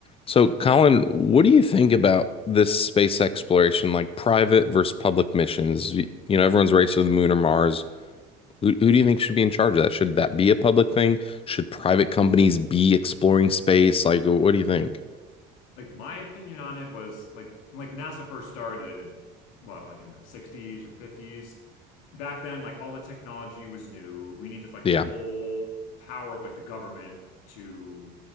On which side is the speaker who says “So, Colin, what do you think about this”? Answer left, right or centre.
Left